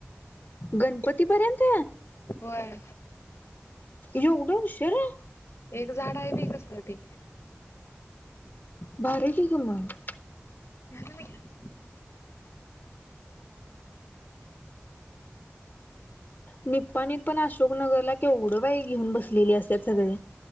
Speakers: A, on the left; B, on the left.
A: गणपती पर्यंत
B: होय
A: एवढा उशीरा
B: एक झाड आहे बयी कसल ते
A: भारी की ग मग.
B: <unintelligible>
A: निप्पाणीत पण अशोकनगरला केवढं बाई घेऊन बसलेली असत्यात सगळी.